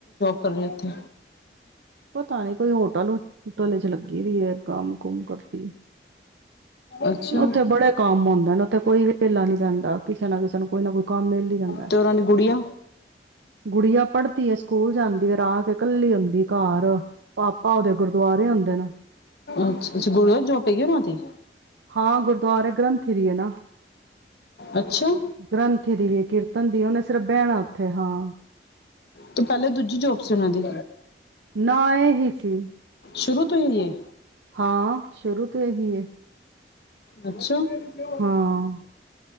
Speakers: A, on the left; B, on the right.
A: ਕਰੀ ਉੱਥੇ
B: ਪਤਾ ਨੀ ਕੋਈ ਹੋਟਲ ਹੋਟਲ ਚ ਲੱਗੀ ਵੀ ਹੈ ਕੰਮ ਕੁਮ ਕਰਦੀ
A: ਅੱਛਾ
B: ਉੱਥੇ ਬੜੇ ਕੰਮ ਆਉਦੇ ਨੇ ਉੱਥੇ ਕੋਈ ਵੀ ਹੇਲਾ ਨੀ ਪੈਂਦਾ ਕਿਸੇ ਨਾ ਕਿਸੇ ਨੂੰ ਕੋਈ ਨਾ ਕੋਈ ਕੰਮ ਮੇਿਲ ਹੀ ਜਾਂਦਾ
A: ਤੇ ਉਹਨਾਂ ਦੀ ਗੁੜੀਆ
B: ਗੁੜੀਆਂ ਪੜ੍ਹਦੀ ਹੈਏ ਸਕੂਲ ਜਾਂਦੀ ਰਾਤ ਕੱਲੀ ਆਉਂਦੀ ਘਰ ਪਾਪਾ ਉਹਦੇ ਗੁਰਦੁਆਰੇ ਆੁੰਦੇ ਨੇ
A: ਅੱਛਾ ਅੱਛਾ ਗੁੜੀਆ ਜੋਬ ਹੈਗੀ ਉਹਨਾਂ ਦੀ
B: ਹਾਂ ਗੁਰਦੁਆਰੇ ਗ੍ਰੰਥੀ ਦੀ ਹੈ ਨਾ
A: ਅੱਛਾ
B: ਗ੍ਰੰਥੀ ਦੀ ਵੀ ਹੈ ਕੀਰਤਨ ਦੀ ਉਹਨੇ ਸਿਰਫ ਬਹਿਣਾ ਉੱਥੇ ਹ ਹਾਂ
A: ਤੇ ਪਹਿਲੇ ਦੂਜੀ ਜੋਬ ਸੀ ਉਹਨਾਂ ਦੀ
B: ਨ ਇਹ ਹੀ ਸੀ
A: ਸ਼ੁਰੂ ਤੋਂ ਹੀ
B: ਹਾਂ ਸ਼ੁਰੂ ਤੋਂ ਇਹੀ ਹੈ
A: ਅੱਛਾ ਥ ਯੂ
B: ਹਾਂ